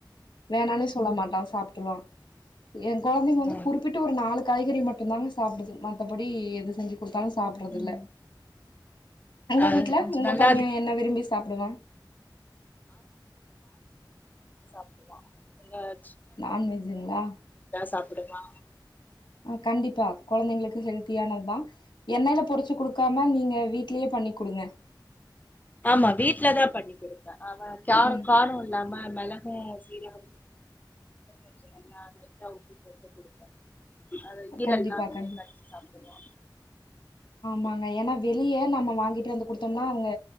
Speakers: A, on the left (about 75°); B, on the left (about 20°).
A: வேணானே சொல்ல
B: ம்
A: மாட்டா சாப்பிட்டுருவா என் கொழந்தைங்க வந்து
B: ம்.
A: குறிப்பிட்டு ஒரு நாலு காய்கறி மட்டுந்தாங்க சாப்பிடுது மத்தபடி எது செஞ்சு குடுத்தாலு சாப்பிடுறதில்ல
B: ம்.
A: உங்க
B: அது
A: வீட்ல
B: கொஞ்சோ
A: உங்க
B: நல்லா
A: பைய
B: அதுக்கு
A: என்ன விரும்பி சாப்பிடுவா
B: சாப்பிடுவான் <unintelligible>
A: நான்வெஜிங்களா
B: சாப்டுவா
A: கண்டிப்பா கொழந்தைங்களுக்கு ஹெல்த்தியான த்தா எண்ணெயல பொரிச்சு குடுக்காம நீங்க வீட்லயே பண்ணி குடுங்க
B: ஆமா வீட்லதா பண்ணி் குடுப்பே அவ கேர
A: ம்
B: காரோ இல்லாம மெளகு ஜீரகம் <inaudible> போட்டு குடுப்பே அது ஈரல்லா
A: கண்டிப்பா
B: இருக்குல்ல
A: கண்டிப்
B: கடிச்சு சாப்பிடுருவா
A: ஆமாங்க ஏனா வெளிய நம்ம வாங்கிட்டு வந்து குடுத்தம்னா அவங்க